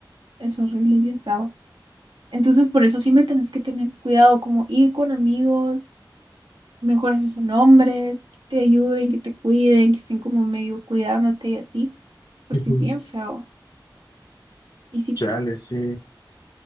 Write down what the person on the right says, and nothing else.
Es horrible y bien feo. Entonces, por eso siempre tenés que tener cuidado, como ir con amigos, mejores si son hombres, que te ayuden, que te cuiden, que estén como medio cuidándote y así, porque
es bien feo. Y sí,